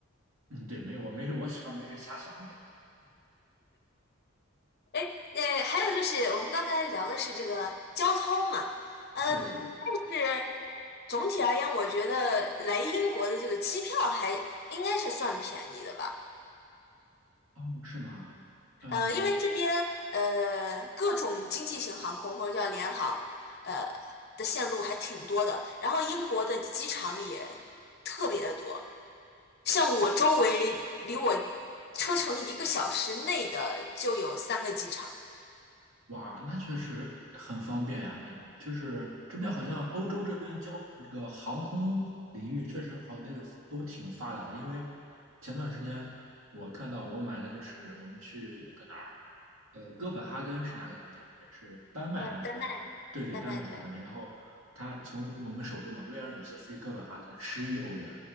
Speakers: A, on the right; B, on the left.
A: 嗯，对，没有，我没事，我喜欢没事瞎想一点。
B: 哎，呃，还有就是我们刚才聊的是这个交通嘛，嗯，
A: 对的，
B: 但是总体而言，我觉得来英国的这个机票还应该是算便宜的吧，
A: 哦，是吗？嗯。
B: 嗯、因为这边呃各种经济型航空或者叫联航呃的线路还挺多的，然后英国的机场也特别的多，像我周围离我车程一个小时内的就有三个机场，
A: 哇，那确实很方便呀。那就是这边好像欧洲这边交这个航空领域确实好，那个都挺发达的。因为前段时间我看到我买了，就是我们去那个哪儿，呃，哥本哈根是哪个国家来着？是丹麦还是？
B: 呃，丹麦，
A: 对对，
B: 丹麦对。
A: 丹麦是丹麦。然后他从我们首都嘛，维尔纽斯飞哥本哈根，十一欧元，